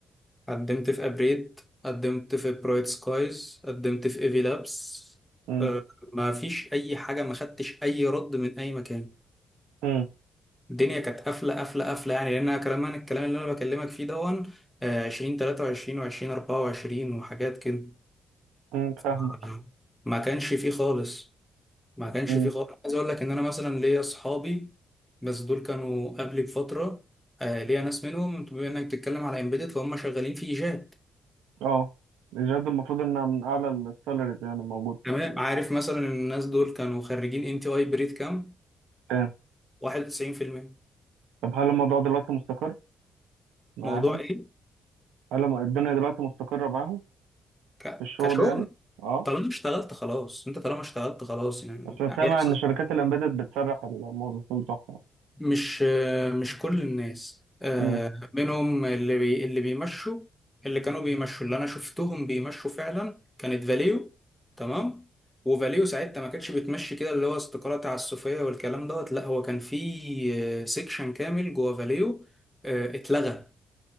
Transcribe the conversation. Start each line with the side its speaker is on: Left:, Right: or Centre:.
Centre: قدمت في ابريد قدمت في برايت سكايز قدمت في ايفي لابس
Right: مم،
Centre: أه ما فيش اي حاجه ما خدتش اي رد من اي مكان
Right: مم،
Centre: الدنيا كانت قافله قافله قافله يعني لان أنا كلام انا الكلام اللي انا بكلمك فيه دون آه، 2023 و20 24 وحاجات كده
Right: مم، فاهمك
Centre: ما ما كانش فيه خالص ما كانش
Right: مم.
Centre: فيه خالص عايز اقول لك ان انا مثلا ليا اصحابي بس دول كانوا قبلي بفتره آه، ليا ناس منهم بما انك بتتكلم على امبيدد فهم شغالين في جات
Right: اه الجهاز المفروض انها من اعلى السالاريز يعني موجوده
Centre: تمام عارف مثلا إن الناس دول كانوا خريجين ان تي اي بريد كام
Right: تمام
Centre: 91%
Right: طب هل الموضوع دلوقتي مستقر معاهم
Centre: موضوع ايه
Right: هل الم- الدنيا دلوقتي مستقره معاهم
Centre: ك-
Right: في الشغل
Centre: كشغل
Right: يعني اه
Centre: طالما اشتغلت خلاص انت طالما اشتغلت خلاص يعني
Right: أصل
Centre: هيحصل
Right: سامع إن شركات الإمبيدد بتسرح الموظفين بتوعها
Centre: مش مش كل الناس آه،
Right: أمم،
Centre: منهم اللي بي اللي بيمشوا اللي كانوا بيمشوا اللي انا شفتهم بيمشوا فعلا كانت فاليو تمام وفاليو ساعتها ما كانتش بتمشي كده اللي هو استقالة تعسفية والكلام دوت لا هو كان في سيكشن كامل جوه فاليو آه، اتلغى